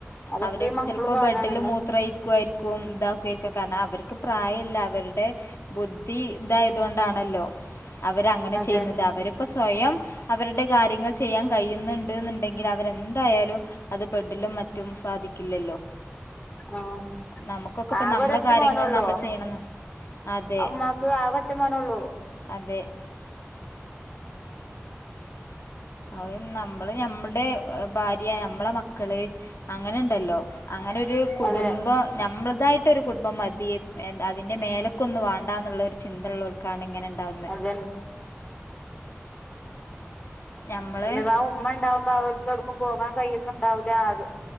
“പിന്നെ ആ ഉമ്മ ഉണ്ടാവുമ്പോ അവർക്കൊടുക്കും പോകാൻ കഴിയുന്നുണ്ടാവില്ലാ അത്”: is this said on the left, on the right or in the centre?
Left